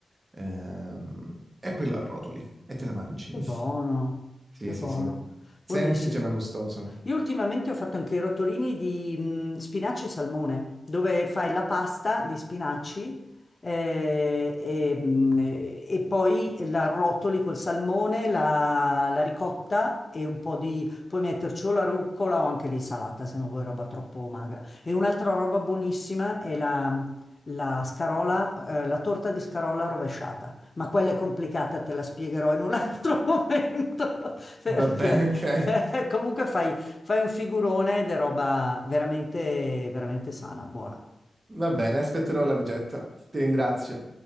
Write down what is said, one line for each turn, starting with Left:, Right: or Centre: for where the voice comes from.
Right: ehm, e poi la arrotoli e te la mangi.
Left: Che buono,
Right: <laughs> Sì,
Left: che
Right: sì,
Left: buono,
Right: sì.
Left: buonissimo.
Right: Semplice ma gustoso.
Left: Io ultimamente ho fatto anche i rotolini di mh, spinaci e salmone, dove fai la pasta di spinaci eh, e, mh, e poi la rotoli col salmone, la, la ricotta e un po' di... puoi metterci o la rucola o anche lì salata, se non vuoi roba troppo magra. E un'altra roba buonissima è la, la scarola, eh, la torta di scarola rovesciata, ma quella è complicata, te la spiegherò in un altro <laughs> momento, perché
Right: Va bene, ok.
Left: <laughs> comunque fai Fai un figurone ed è roba veramente, veramente sana, buona.
Right: <laughs> Va bene, aspetterò la ricetta. Ti ringrazio.